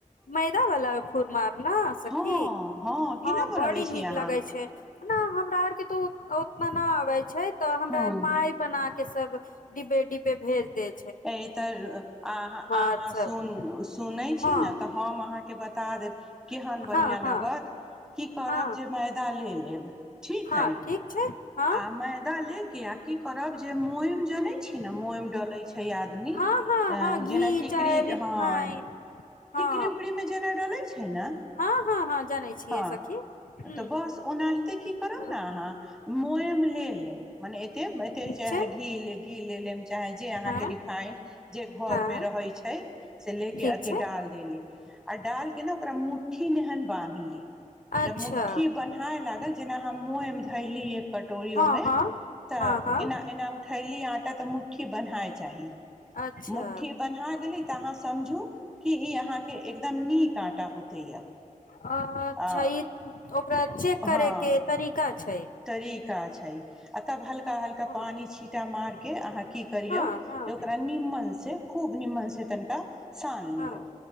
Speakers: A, on the left; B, in the centre.
A: मैदा वाला खुरमाार ने सखी
B: हँ
A: हँ
B: केना बनबै
A: बड़ी नीक
B: छी अहाँ
A: लगै छैना हमरा आरके तो बनाबै छै तऽ हमरा
B: हूँ
A: आर माय बना के के सब डि्बे डिबे भेज दे
B: ऐ तऽर अहाँ अहाँ
A: आर सब
B: सुन सुने छी
A: हँ
B: त हम अहाँ के बता दे केहन बढ़िआँ
A: हँ
B: लागत
A: हँ
B: की करब
A: हँ
B: जे मैदा ले लेब ठीक
A: हँ
B: हइ
A: ठीक छै हँ
B: आमेदनि के आ की करब जे मोम जनै छी न मोम डले छै छै आदमी
A: हँ हँ हँ घी
B: जेना टिकरी
A: चाहे रिफाइन
B: हँ
A: हँ
B: टिकरी उकरी मे जेना डले छै ने
A: हँ हँ हँ जानै छियै
B: ह
A: सखी ह
B: तऽ बस ओनाहिते की करब
A: ह
B: ने अहाँ मने एत त मैथि
A: ठीक
B: चाहे
A: छै
B: घी कि लेब चाहे जे अहाँके
A: हँ
B: रिफाइंड जे घर
A: हँ
B: मे रहै छै से ले के
A: ठीक
B: त
A: छै
B: डाल देेल आओर डालके ने ओकरा मुट्ठी नहिहन बान्हली
A: अच्छा
B: ठी बन्ह लल जे खैलीए कटोरोमे
A: हँ हँ
B: तऽ
A: हँ हँ
B: एना एना थैली आँटा तऽ मुट्ठी बनायइ चाही
A: अच्छा
B: मुठ्ठी बन्हा गेलै तऽ अहाँ समझू क ई अहाँके एकदम नीक आटा होते अब
A: अच्छा
B: आ
A: ई ओकरा चेक
B: हँ
A: करे के तरीका छै
B: तरीका छै आ तब हल्का हल्का
A: हँ
B: पानि छीिटा मार के अहाँ की करियौ
A: हँ हँ
B: जे ओकरा निमनसँ खूब निम्मनस हेतनि क सान लिय
A: हँ
B: ओ